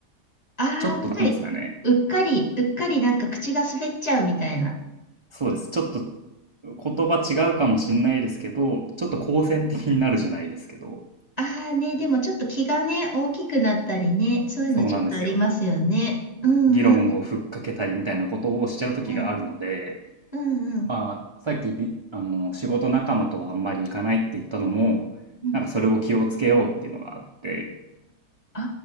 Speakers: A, on the left; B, on the right.
A: ああ、
B: ちょっとなんですかね。
A: つい、うっかり、うっかりなんか口が滑っちゃうみたいな。
B: そうです。ちょっと言葉違うかもしれないですけど、ちょっと好戦的になるじゃないですけど、
A: ああね、でもちょっと気がね、大きくなったりね、そういうのちょっとありますよね。
B: そうなんですよ。
A: うんうん。
B: 議論をふっかけたりみたいなことをしちゃう時があるので、
A: うん。うんうん。
B: まあ、さっきび、あの、仕事仲間とはあんまり行かないって言ったのも、
A: うん。
B: なんかそれを気をつけようっていうのがあって、
A: あ